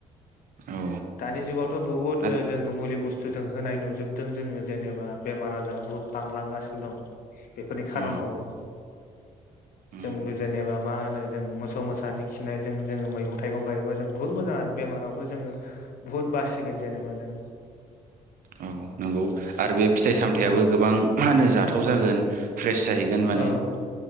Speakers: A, on the right; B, on the left.
A: औ
B: दानि जुगावथ' बुहुथ
A: आरो
B: जोङो मुलि बुस थु जों होनाय नुजोबदों जोङो जेनेबा बेमार आजार बुहुद बांलांगासिनो दं। बेफोरनि खार'नावबो
A: उम उम
B: जों बे जेनेबा मा होन नो जों मोसौ मोसानि खिनायजों जोङो मैगं थाइगं गायोब्ला जों बुहुत मोजां आरो बेमारावबो जोङो भहुत बाससिगोन जेनेबा जों।
A: औ नंगौ आरो बे फिथाइ सामथायाबो
B: औ
A: गोबां मा होनो जाथाव जागोन। फ्रेस जाहैगोन माने
B: औ